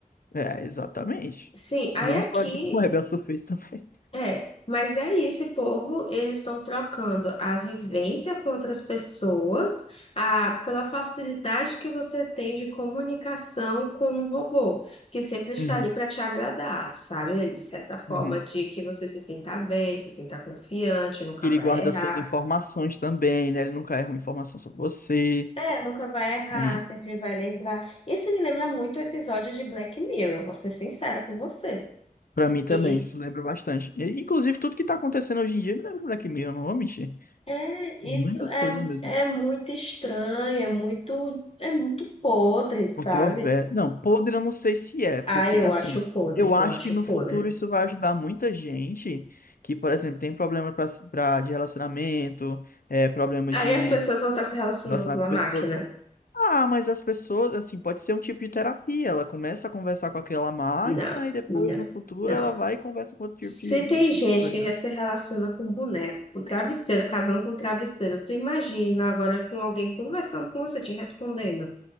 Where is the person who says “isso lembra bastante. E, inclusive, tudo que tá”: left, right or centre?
Left